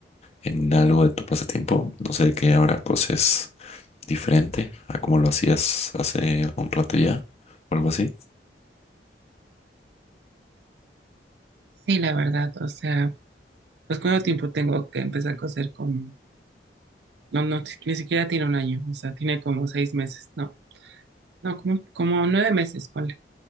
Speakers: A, on the left; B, on the right.
A: en algo de tu pasatiempo? No sé de qué ahora coses. diferente a como lo hacías hace un rato ya, o algo así.
B: Sí, la verdad, o sea, pues cuánto tiempo tengo que empezar a coser como, no, no, ni siquiera tiene un año, o sea, tiene como seis meses, no, no, como, como nueve meses, ponle,